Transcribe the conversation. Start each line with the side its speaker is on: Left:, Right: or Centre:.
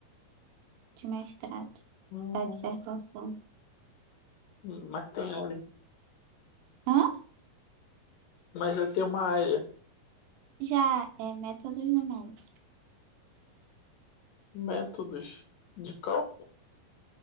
Right: de mestrado,
Left: Hum,
Right: da dissertação.
Left: Mas tem área.
Right: Hã?
Left: Mas já tem uma área,
Right: Já é métodos numéricos.
Left: métodos de cálculo.